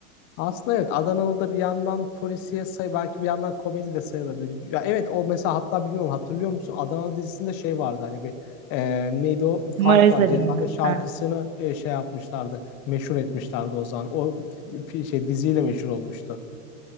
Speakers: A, on the left; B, on the right.
A: Aslında evet Adanalı bir yandan polisiye say belki bir yandan komedi de sayılabilir. Ya evet o mesela hatta bilmiyorum hatırlıyor musun? Adanalı dizisinde şey vardı hani bir e, neydi o fark
B: Maraz
A: var.
B: Ali
A: Ceza'nın
B: mi?
A: şarkısını
B: Heh.
A: e, şey yapmışlardı. Meşhur etmişlerdi o zaman. O fi- şey diziyle meşhur olmuştu.